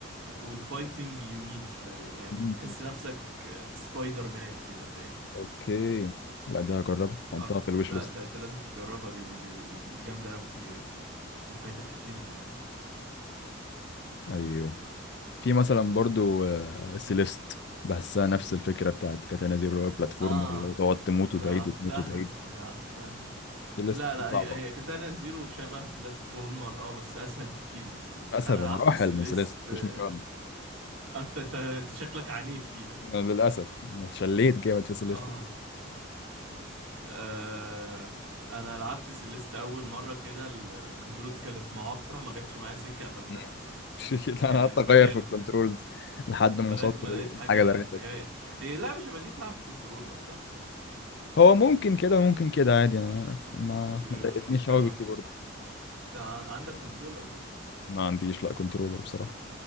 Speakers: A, on the right; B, on the left.
A: والفايتنج يونيك شوية يعني
B: مم.
A: هتحس نفسك سبايدر مان كده فاهم
B: اوكي لا دي هجربها
A: اه
B: حطها في الويش
A: لا
B: ليست
A: انت انت لازم تجربها دي دي دي دي, دي جامدة قوي دي ما فايتك كتير يا مروان
B: <laughs> ايوه في مثلا برضو آه، سيليست بحسها نفس الفكرة بتاعت كاتانا زيرو اللي هو البلاتفورمر
A: اه
B: اللي هو تقعد تموت
A: لعبتها
B: وتعيد وتموت وتعيد
A: لعبتها
B: سيليست
A: لا لا
B: صعبة
A: هي هي كاتانا زيرو شبه بلاتفورمر اه بس اسهل بكتير من سيليست
B: أسهل
A: انا
B: بمراحل
A: لعبت سيليست
B: من سيليست مفيش
A: آه،
B: مقارنة
A: انت انت أنت شكلك عانيت فيها
B: أنا للأسف يعني اتشليت جامد في سيليست
A: اه آه، انا لعبت سيليست اول مره كده ال- الكنترولز كانت معاقه ما جاتش معايا سكه قفلتها
B: مم. <laughs>
A: يعني
B: أنا قعدت
A: انا فاكر
B: أغير في
A: إن
B: الكنترولز لحد ما
A: لغايه
B: وصلت
A: ما
B: للحاجة
A: لقيت حاجه
B: اللي ريحت
A: تجاي هي لعبه شبه دي تلعب كنترولر صح
B: هو ممكن كده ممكن كده عادي أنا ما
A: م-
B: ما ضايقتنيش
A: مش فاهم
B: قوي
A: معاك
B: بالكيبورد
A: انت ع- عندك كنترولر اساسا
B: ما عنديش لا كنترولر بصراحة